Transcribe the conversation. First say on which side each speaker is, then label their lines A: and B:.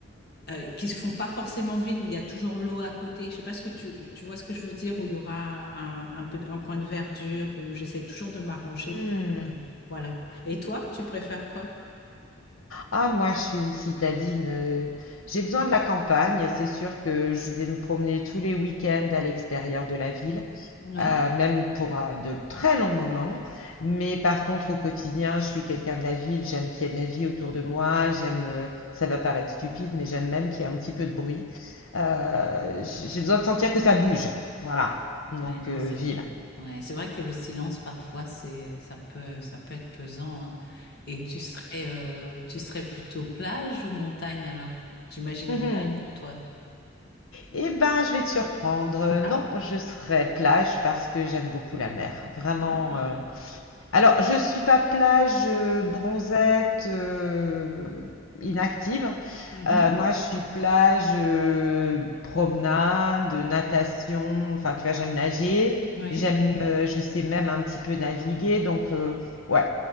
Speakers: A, on the left; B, on the left.
A: euh, qui se font pas forcément ville, où il y a toujours l'eau à côté. Je sais pas ce que tu, tu vois ce que je veux dire, où il y aura un, un peu, un coin de verdure, où j'essaie toujours de m'arranger
B: Hmm.
A: pour, voilà. Et toi, tu préfères quoi?
B: Ah, moi, je suis une citadine. euh, J'ai besoin de la campagne. C'est sûr que je vais me promener tous les week-ends à l'extérieur de la ville.
A: Ouais.
B: euh, même pour euh, de très longs moments. Mais par contre, au quotidien, je suis quelqu'un de la ville, j'aime qu'il y ait de la vie autour de moi, j'aime, euh, ça va paraître stupide, mais j'aime même qu'il y ait un petit peu de bruit. Euh, j'ai besoin de sentir que ça bouge. Voilà. Donc,
A: Ouais,
B: euh,
A: non, c'est
B: ville.
A: ouais, c'est vrai que le silence parfois c'est ça peut ça peut être pesant hein. Et tu serais euh, tu serais plutôt plage ou montagne alors? J'imagine
B: Mm.
A: montagne pour
B: <laughs>
A: toi.
B: Eh ben, je vais te surprendre.
A: Ah,
B: Non, je serai plage parce que j'aime beaucoup la mer. Vraiment,
A: ah.
B: euh, Alors, je ne suis pas plage, euh, bronzette, euh, inactive.
A: Mhm.
B: Euh, moi, je suis plage, euh, promenade, natation. Enfin, tu vois, j'aime nager.
A: Oui.
B: J'aime, euh, je sais même un petit peu naviguer. Donc, euh, ouais.